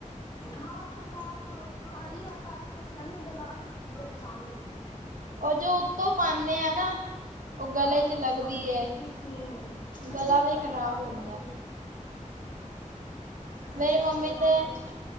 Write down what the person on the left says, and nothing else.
ਹਾਂ ਫੇਰ ਲਾਲ ਹਰੀ ਔਰ ਕਾਲੀ ਮਿਰਚ ਦਾ ਨੀ ਹੁੰਦਾ, ਲਾਲ ਮਿਰਚ ਦੀ ਨੁਕਸਾਨ ਦਿੰਦੀ।
ਹਾਂ ਉਹ
ਨੁਕਸਾਨ,
ਹਮ ਹੁਣ
ਕੀ ਕਰਾਂ
ਫੇਰ ਪਾਣੀ
ਪੈਂਦੀ ਬੱਚਿਆਂ
ਪਿੱਛੇ ਪਾਣੀ
ਕਰਾਂ